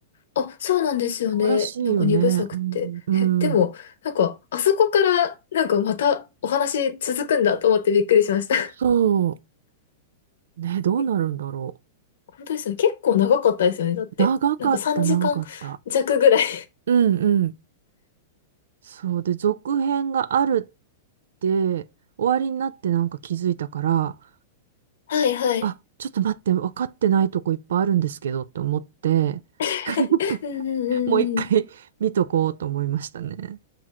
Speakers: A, on the left; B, on the right.
A: あ、そうなんですよね。
B: そうらしいよね。
A: なんか二部作って。
B: うん。うん。
A: え、でも、なんか、あそこから、なんかまたお話続くんだと思ってびっくりしました。<laughs>
B: そう。ね、どうなるんだろ
A: え、本当ですよね。結構長かったですよね。だって、
B: う。長かった、
A: なんか3時間弱ぐらい。
B: 長かった。うんうん。そう。で、続編があるって、終わりになってなんか気づいたから、
A: <laughs> はいはい。
B: あ、ちょっと待って、分かってないとこいっぱいあるんですけどって思って、
A: <laughs>
B: <laughs>
A: うんうんうんうん。
B: もう一回見とこうと思いましたね。